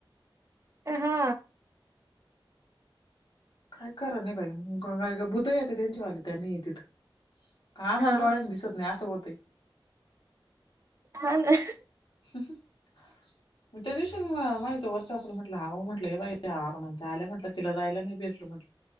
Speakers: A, on the right (about 35°); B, on the left (about 60°).
A: अ हा.
B: काय करा नाही बाई का भूत येत त्यांच्यावाले त्यांनी तिथ -- काय मला
A: हा
B: डोळ्याला दिसत नाही असं होतय.
A: हा ना.
B: <unintelligible> म त्या दिवशी नाही तवर सासुला म्हटलं आओ म्हटलं हे बघा अरुणांची आलं म्हटलं तिला जायला नाही भेटलं म्हटलं.